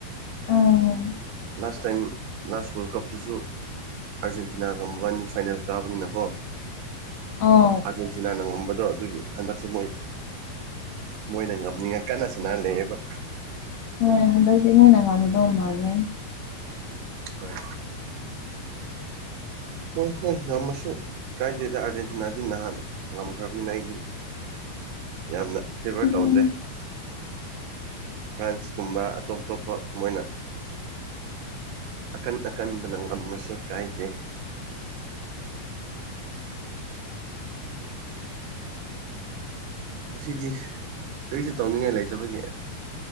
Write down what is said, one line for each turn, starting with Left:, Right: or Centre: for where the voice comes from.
Left: ꯑꯥ
Right: ꯂꯥꯁ ꯇꯥꯏꯝ ꯂꯥꯁ ꯋꯥꯔꯜ ꯀꯞꯇꯁꯨ ꯑꯥꯔꯖꯦꯟꯇꯤꯅꯥꯒ ꯃꯕꯥꯟꯅꯤ ꯐꯥꯏꯅꯦꯜ ꯀꯥꯕꯅꯤꯅꯀꯣ
Left: ꯑꯥꯎ
Right: ꯑꯔꯖꯦꯟ ꯇꯤꯅꯥꯅ ꯉꯝꯕꯗꯣ ꯑꯗꯨꯒꯤ ꯍꯟꯗꯛꯁꯦ ꯃꯣꯏ ꯃꯣꯏꯅ ꯉꯝꯅꯤꯡꯉꯥꯢ ꯀꯟꯅ ꯁꯥꯅ ꯂꯩꯌꯦꯕ
Left: ꯍꯣꯏ ꯍꯟꯗꯛꯇꯤ ꯃꯣꯏꯅ ꯉꯝꯒꯗꯧ ꯃꯥꯜꯂꯦ
Right: ꯍꯣꯏ ꯍꯣꯏ ꯍꯣꯏ ꯉꯝꯃꯁꯨ ꯀꯥꯏꯗꯦꯗ ꯑꯔꯖꯦꯟꯇꯤꯅꯥꯗꯤ ꯅꯍꯥꯟ ꯉꯝꯈ꯭ꯔꯕꯅꯤꯅ ꯑꯩꯗꯤ ꯌꯥꯝꯅ ꯐꯦꯚꯔ
Left: ꯎꯝ
Right: ꯇꯧꯗ꯭ꯔꯦ ꯐ꯭ꯔꯥꯟꯁꯀꯨꯝꯕ ꯑꯇꯣꯞ ꯑꯇꯣꯞꯄ ꯃꯣꯏꯅ ꯑꯀꯟ ꯑꯀꯟꯕꯅ ꯉꯝꯃꯁꯨ ꯀꯥꯏꯗꯦ ꯉꯁꯤꯗꯤ ꯀꯔꯤꯁꯨ ꯇꯧꯅꯤꯡꯉꯥꯏ ꯂꯩꯇꯕꯒꯤ